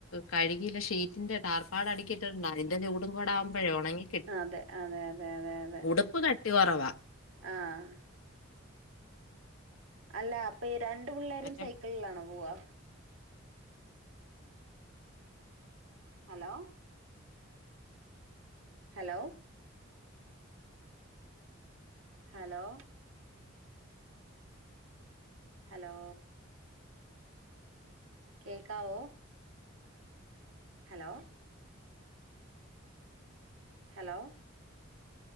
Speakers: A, on the left; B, on the right.
A: കഴുകില്ല ഷി റ്റിന്റെട്ടാർപ്പാട അടിക്കിട്ടിട്ടുണ്ട് അതിന്റെ ചൂടും കൂട ആകുമ്പോഴേ ഉണങ്ങിക്കിട്ടും
B: അതെ അതെ അതെ അതെ അതെ
A: ഉടുപ്പ് കട്ടി കൊറവാ
B: ആഹ് അല്ല അപ്പയി- രണ്ട് പിള്ളേരും
A: മറ്റേ
B: സൈക്കിളിലാണോ പോവാ <inaudible> ഹലോ ഹലോ ഹലോ ഹലോ കേക്കാവോ ഹലോ ഹലോ